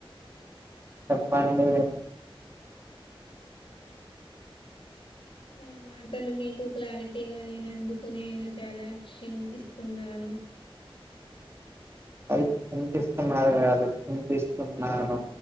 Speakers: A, on the right (about 25°); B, on the left (about 60°).
A: <inaudible>
B: నా మాటలు మీకు క్లారిటీగ లేనందుకు నేను చాల చింతిస్తునను అ
A: అది చినిపిస్తున్నారు కాదు చింతిస్తున్నాను